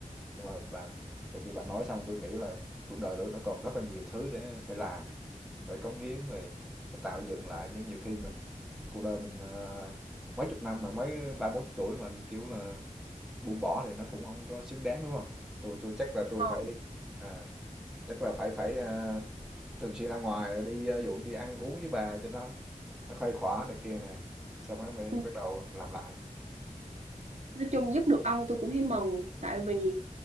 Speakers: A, in the centre; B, on the right (about 55°).
A: Nhưng mà bà từ khi bà nói xong tôi nghĩ là cuộc đời tôi nó còn rất là nhiều thứ để phải làm, phải cống hiến, về phải tạo dựng lại chứ nhiều khi mình cuộc đời mình, ờ, mấy chục năm mà mới ba bốn chục tuổi mà, kiểu là, buông bỏ thì nó cũng không có xứng đáng, đúng không? Tôi tôi chắc là tôi
B: Ờ.
A: phải à, chắc là phải phải, a, thường xuyên ra ngoài đi, a, ví dụ đi ăn uống với bà cho nó nó khuây khỏa này kia nè, xong rồi mới
B: Ừ.
A: bắt đầu làm lại.
B: nói chung giúp được ông tôi cũng thấy mừng tại vì